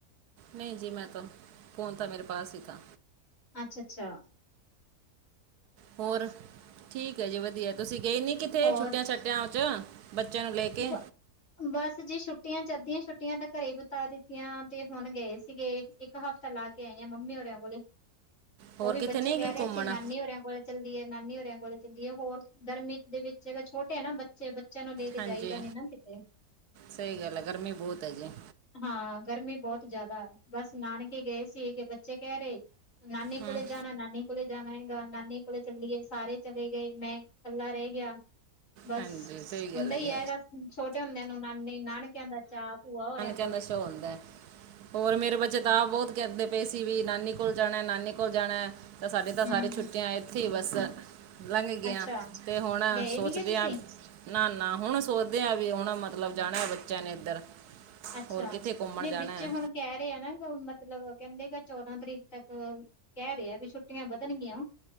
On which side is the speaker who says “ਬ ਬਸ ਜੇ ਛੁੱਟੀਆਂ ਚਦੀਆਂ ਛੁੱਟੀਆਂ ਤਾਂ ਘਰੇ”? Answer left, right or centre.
Left